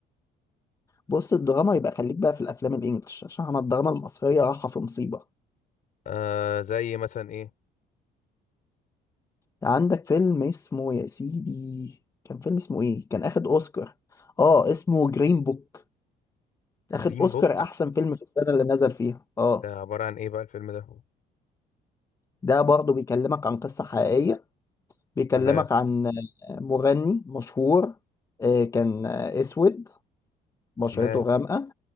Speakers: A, on the left; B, on the left.
A: بص الدراما يبقى خليك بقى في الافلام الانجليش عشان انا الدراما المصريه رايحه في مصيبه
B: آه زي مثلا ايه
A: عندك فيلم اسمه يا سيدي كان فيلم اسمه ايه كان اخد اوسكار اه اسمه جرين بوك اخد
B: دين
A: اوسكار
B: بوك
A: احسن فيلم في السنه اللي نزل فيها اه
B: ده عبارة عن ايه بقى الفيلم ده
A: ده برضه بيكلمك عن قصة حقيقية بيكلمك
B: تمام
A: عن مغني مشهور آه، كان اسود بشرته
B: تمام
A: غامقة